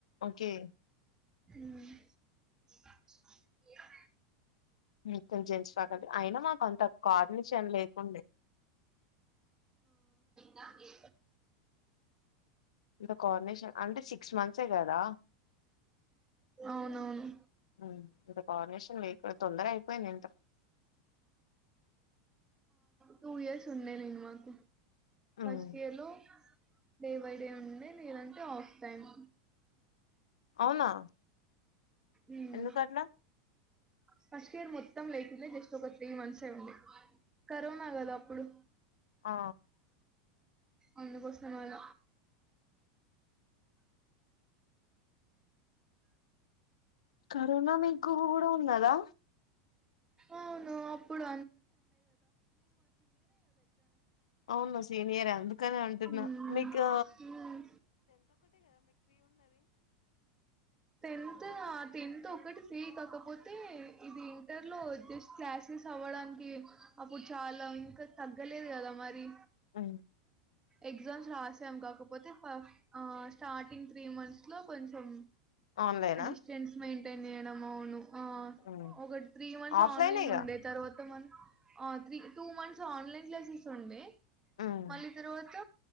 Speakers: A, on the left; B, on the right.
A: ఓకే
B: హ్మ్మ్ ఆ
A: ము్యం జన్ంచక అయినా మాకు అంత కోఆర్డినేషన్ లేకుండే
B: నా ఏ
A: ఇ కోఆర్డినేషన్ అంటే సిక్స్ మంత్సే కదా
B: అవునవును.
A: ఇ కోఆర్డినేషన్ వెహికల్ తొందర అయిపోయింది ఏంటో
B: టూ ఇయర్స్ ఉండే నేను మాకు ఫస్ట్
A: ఉమ్,
B: ఇయర్ లో డే బై డే ఉండే నేనంటే ఆఫ్ టైమ్
A: అవునా
B: హ
A: ఎందుకట్లా
B: ఫస్ట్ ఇయర్లో మొత్తం లేకుండే జస్ట్ ఒక త్రీ మంత్స్ అ ఉంది కరోనా కదా అప్పుడు
A: ఆ
B: అందుకోసం అని
A: కరోనా మీ ఇంకు కూడా ఉన్నదా
B: అవును అప్పుడు
A: అవును సీనియర్ అందుకనే అంటున్నా
B: మ్మ్.
A: మీకు
B: మ్మ్. టెన్త్ టెన్త్ ఒకటి ఫ్రీ కాకపోతే ఇది ఇంటర్లో జస్ట్ క్లాసెస్ అవ్వడానికి అప్పుడు చాలా ఇంకా తగ్గలేదు కదా మరి
A: అ
B: ఎగ్జామ్స్ రాసాం కాకపోతే ఫ ఆ స్టార్టింగ్ త్రీ మంత్స్ లో కొంచెం
A: ఆన్లైనా
B: డిస్టెన్స్ మె అ నడం అవును ఆ
A: ఉమ్,
B: ఒకటి త్రీ మంత్స్
A: ఆఫ్లైనేగా
B: ఆన్లైన్ లో ఉండే తర్వాత మన ఆ three two months online classes ఉండే
A: ఉమ్,
B: మళ్ళీ తర్వాత